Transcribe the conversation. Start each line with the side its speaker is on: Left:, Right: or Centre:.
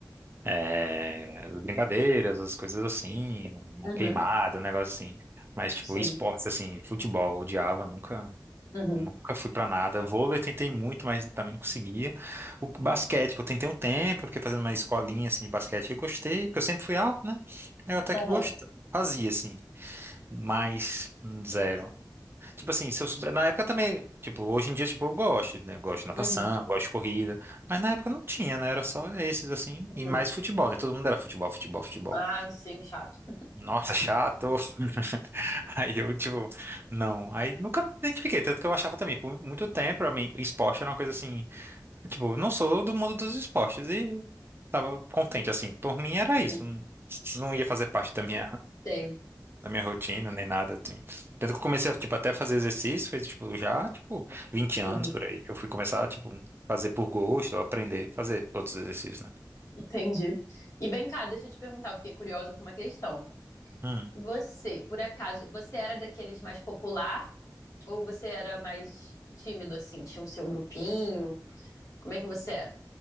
Right: é, as brincadeiras, as coisas assim, uma
Left: Uhum,
Right: queimada, um negócio assim. Mas, tipo,
Left: sim.
Right: esportes, assim, futebol, odiava, nunca,
Left: Uhum,
Right: nunca fui pra nada. Vôlei tentei muito, mas também não conseguia. O basquete, que eu tentei um tempo, eu fiquei fazendo uma escolinha, assim, de basquete, eu gostei, porque eu sempre fui alto, né? Aí Eu até
Left: Aham,
Right: que gostava, fazia, assim, mas hum, zero. Tipo assim, se eu souber, na época também, tipo, hoje em dia, tipo, eu gosto, né? Eu Gosto de natação,
Left: uhum,
Right: gosto de corrida, mas na época não tinha, né? Era só esses, assim,
Left: uhum.
Right: e mais futebol, né? Todo mundo era futebol, futebol, futebol.
Left: Ai, sim, chato.
Right: Nossa, chato! <laughs> Aí eu, tipo, não. Aí nunca me identifiquei, tanto que eu achava também, por muito tempo, pra mim, esporte era uma coisa assim, tipo, não sou do mundo dos esportes, e tava contente, assim, por mim era
Left: Uhum,
Right: isso, não, não ia fazer parte da minha
Left: sei.
Right: na minha rotina, nem nada, assim. Tanto que eu comecei a, tipo, até fazer exercício, foi, tipo, já, tipo, vinte anos
Left: Uhum,
Right: por aí, que eu fui começar, tipo, fazer por gosto, ou aprender, a fazer outros exercícios, né?
Left: entendi. E vem cá, deixa eu te perguntar, eu fiquei curiosa com uma questão.
Right: Hum.
Left: Você, por acaso, você era daqueles mais popular ou você era mais tímido, assim? Tinha o seu grupinho? Como é que você era?